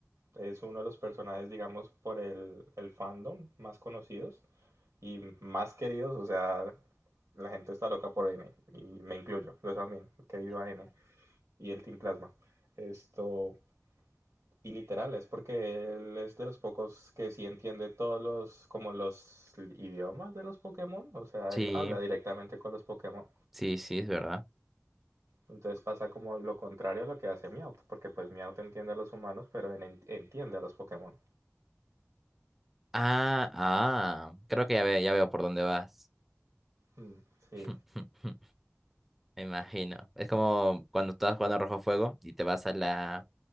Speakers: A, on the right; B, in the centre.
A: es uno de los personajes, digamos, por el, el fandom más conocidos y más queridos. O sea, la gente está loca por N, y me incluyo, yo también, que viva N y el Team Plasma. Esto, y literal, es porque él es de los pocos que sí entiende todos los, como los idiomas de los Pokémon. O sea,
B: sí,
A: él habla directamente con los Pokémon.
B: sí, sí, es verdad.
A: Entonces pasa como lo contrario a lo que hace Meowth, porque pues Meowth entiende a los humanos, pero en- en- entiende a los Pokémon.
B: Ah, ah, creo que ya, ve- ya veo por dónde vas.
A: Mm, sí,
B: <laughs> Me imagino. Es como cuando estabas jugando a Rojo Fuego y te vas a la,